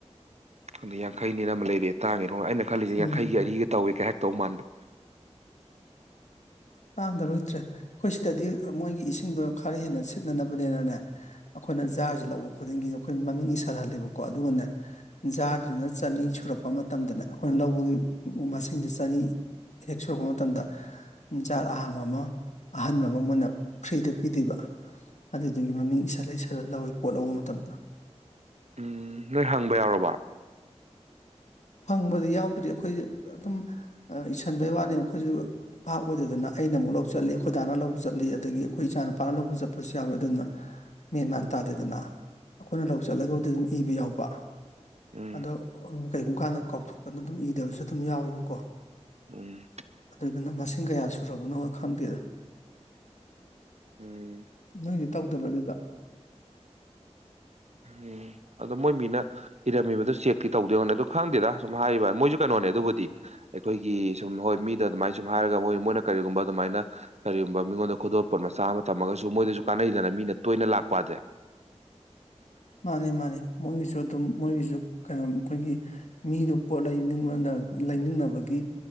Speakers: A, on the right; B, on the left.
A: ꯑꯗꯨꯗ ꯌꯥꯡꯈꯩꯅꯤ ꯑꯃ ꯂꯩꯔꯦ ꯇꯥꯡꯉꯤꯔꯣ ꯑꯩꯅ ꯈꯜꯂꯤꯁꯦ
B: ꯎꯝ
A: ꯌꯥꯡꯈꯩꯒꯤ ꯑꯅꯤꯒ ꯇꯧꯋꯦ ꯀꯩꯍꯦꯛ ꯇꯧ ꯃꯥꯟꯕꯣ
B: ꯇꯥꯡꯗ ꯂꯣꯏꯇ꯭ꯔꯦ ꯑꯩꯈꯣꯏ ꯁꯤꯗꯗꯤ ꯃꯣꯏꯒꯤ ꯏꯁꯤꯡꯗꯣ ꯈꯔ ꯍꯦꯟꯅ ꯁꯤꯠꯅꯅꯕꯅꯤꯅꯅꯦ ꯑꯩ ꯑꯩꯈꯣꯏꯅ ꯖꯥꯔꯁꯤ ꯂꯧꯕ ꯈꯨꯗꯤꯡꯒꯤ ꯑꯩꯈꯣꯏ ꯃꯃꯤꯡ ꯏꯁꯜꯍꯜꯂꯦꯕꯀꯣ ꯑꯗꯨꯒꯅ ꯖꯥꯗꯨꯅ ꯆꯅꯤ ꯁꯨꯔꯛꯄ ꯃꯇꯝꯗꯅꯦ ꯑꯩꯈꯣꯏꯅ ꯂꯧꯕꯒꯤ ꯃꯁꯤꯡꯁ ꯆꯅꯤ ꯑꯦꯛ ꯁꯨꯔꯛꯄ ꯃꯇꯝꯗ ꯎꯟ ꯆꯔ ꯑꯍꯥꯡꯕ ꯑꯃ ꯑꯍꯟꯕ ꯑꯃ ꯃꯣꯏꯅ ꯐ꯭ꯔꯤꯗ ꯄꯤꯗꯕ ꯑꯗꯨꯗꯨꯒꯤ ꯃꯃꯤꯡ ꯏꯁꯟꯂ ꯏꯁꯜꯂ ꯂꯧꯏꯤ ꯄꯣꯠ ꯂꯧꯕ ꯃꯇꯝꯗ
A: ꯎꯝ ꯅꯣꯏ ꯍꯪꯕ ꯌꯥꯎꯔꯕ
B: ꯐꯪꯕꯗꯤ ꯌꯥꯎꯗ꯭ꯔꯤ ꯑꯩꯈꯣꯏ ꯑꯗꯨꯝ ꯏꯁꯟꯕꯩ ꯋꯥꯅꯤ ꯑꯩꯈꯣꯏꯁꯨ ꯄ ꯑꯣꯏꯗꯗꯅ ꯑꯩꯅ ꯑꯃꯨꯛ ꯂꯧ ꯆꯠꯂꯤ ꯈꯣꯏꯗꯥꯅ ꯂꯧꯕ ꯆꯠꯂꯤ ꯑꯗꯒꯤ ꯑꯩꯈꯣꯏ ꯏꯆꯥ ꯅꯨꯄꯥꯅ ꯂꯧꯕ ꯆꯠꯄꯁꯨ ꯌꯥꯎꯋꯦ ꯑꯗꯨꯅ ꯃꯦꯟ ꯃꯥꯟꯟ ꯇꯥꯗꯦꯗꯅ ꯑꯩꯈꯣꯏꯅ ꯂꯧ ꯆꯠꯂꯒꯕꯨꯗꯤ ꯑꯗꯨꯝ ꯏꯕ ꯌꯥꯎꯕ
A: ꯎꯝ
B: ꯑꯗꯣ ꯑꯗꯨꯝ ꯀꯔꯤꯒꯨꯝꯕ ꯀꯥꯟꯗ ꯀꯥꯎꯊꯣꯛꯇꯅ ꯑꯗꯨꯝ ꯏꯗꯕꯁꯨ ꯑꯗꯨꯝ ꯌꯥꯎꯋꯦꯕꯀꯣ
A: ꯎꯝ
B: ꯑꯗꯨꯅ ꯃꯁꯤꯡ ꯀꯌꯥ ꯁꯨꯔꯕꯅꯣꯒ ꯈꯪꯕꯤꯔ
A: ꯎꯝ
B: ꯅꯣꯏꯗꯤ ꯇꯧꯗꯕ꯭ꯔꯥ ꯑꯗꯨꯗ <unintelligible>
A: ꯎꯝ
B: <inaudible>
A: ꯑꯗꯣ ꯃꯣꯏ ꯃꯤꯅ ꯏꯔꯝꯃꯤꯕꯗꯨ ꯆꯦꯛꯇꯤ ꯇꯧꯗꯦꯧꯅꯦ ꯑꯗꯨ ꯈꯪꯗꯦꯗ ꯁꯨꯝ ꯍꯥꯏꯔꯤꯕ ꯃꯣꯏꯁꯨ ꯀꯩꯅꯣꯅꯦ ꯑꯗꯨꯕꯨꯗꯤ ꯑꯩꯈꯣꯏꯒꯤ ꯁꯨꯝ ꯍꯣꯏ ꯃꯤꯗ ꯑꯗꯨꯃꯥꯏꯅ ꯁꯨꯝ ꯍꯥꯏꯔꯒ ꯃꯣꯏ ꯃꯣꯏꯅ ꯀꯔꯤꯒꯨꯝꯕ ꯑꯗꯨꯃꯥꯏꯅ ꯀꯔꯤꯒꯨꯝꯕ ꯃꯤꯉꯣꯟꯗ ꯈꯨꯗꯣꯜꯄꯣꯠ ꯆꯥꯃ ꯊꯝꯃꯒꯁꯨ ꯃꯣꯏꯗꯁꯨ ꯀꯥꯟꯅꯩꯗꯅ ꯃꯤꯅ ꯇꯣꯏꯅ ꯂꯥꯛꯄꯗꯦ
B: ꯃꯥꯅꯤ ꯃꯥꯅꯤ ꯃꯣꯏꯒꯤꯁꯨ ꯑꯗꯨꯝ ꯃꯣꯏꯒꯤꯁꯨ ꯀꯩꯅꯣ ꯑꯩꯈꯣꯏꯒꯤ ꯃꯤꯗꯨꯣ ꯄꯣꯠ ꯂꯩꯅꯤꯡꯕ ꯂꯩꯅꯤꯡꯅꯕꯒꯤ